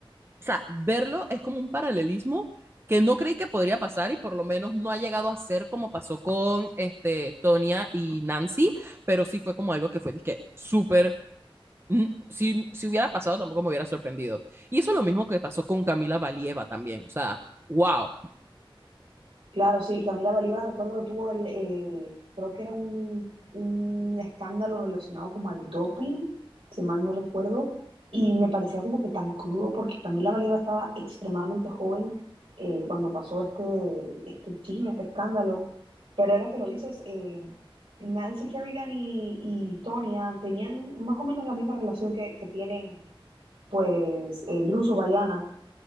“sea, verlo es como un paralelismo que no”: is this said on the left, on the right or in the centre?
Right